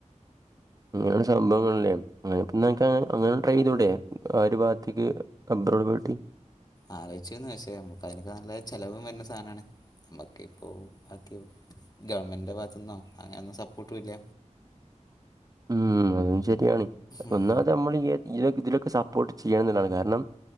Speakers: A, on the right; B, on the left.
A: അങ്ങനെയ സംഭവങ്ങളല്ലേ അങ്ങനെ ഇപ്പന്നാ അങ്ങനെ ട്രൈ ചെയ്തൂട ആ ഒരു ഭാഗത്തേക്ക് അബ്രോഡ് പറ്റി
B: ആലോചിച്ചിരുന്ന് പക്ഷേ നമ്മക്ക് അയ്നൊക്ക നല്ല ചിലവും വന്ന സാനാണ് നമ്മക്ക് ഇപ്പോ ബാക്കിയാവും ഗവൺമെന്റിന്റെ ഭാഗത്തുന്നോ അങ്ങനൊന്നും സപ്പോർട്ടും ഇല്ല
A: <unintelligible> അതും ശരിയാണ്
B: ഉം
A: ഒന്നാത നമ്മള് ഇ ഇതിലൊക്കെ ഇതിലൊക്കെ സപ്പോർട്ട് ചെയ്യണം എഎന്നുള്ളതാണ് കാരണം